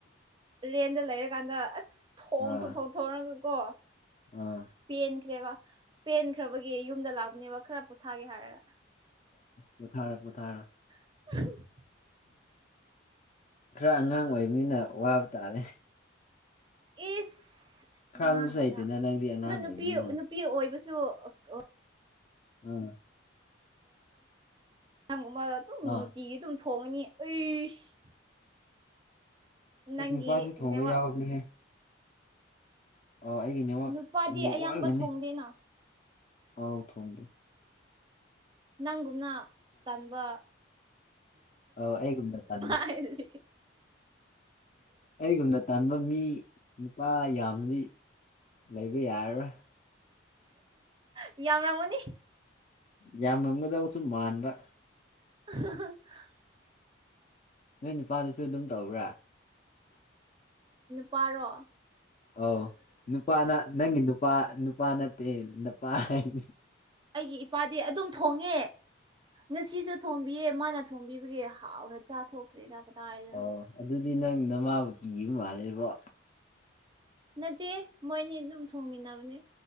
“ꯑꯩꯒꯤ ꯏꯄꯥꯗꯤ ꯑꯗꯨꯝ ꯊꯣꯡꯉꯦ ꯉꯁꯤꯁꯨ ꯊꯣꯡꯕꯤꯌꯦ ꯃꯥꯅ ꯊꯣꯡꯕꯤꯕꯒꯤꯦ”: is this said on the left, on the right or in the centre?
Right